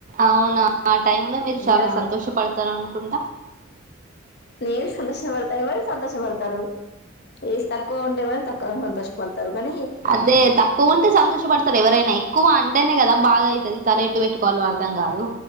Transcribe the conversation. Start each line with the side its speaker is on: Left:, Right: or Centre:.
Right: అవునా ఆ టైమ్ లో మీరు చాలా
Left: యా
Right: సంతోషపడతారు అనుకుంటా.
Left: నేను సంతోషపడతాను కాబట్టి సంతోష పడతారు. ఏజ్ తక్కువగా ఉంటే వాళ్ళు తక్కువ సంతోషపడతారు కానీ.
Right: అదే తక్కువ ఉంటే సంతోషపడతారు ఎవరైనా ఎక్కువ అంటేనే కదా. బాగా అయితది తలెట్టు పెట్టుకోవాలో అర్దం కాదు.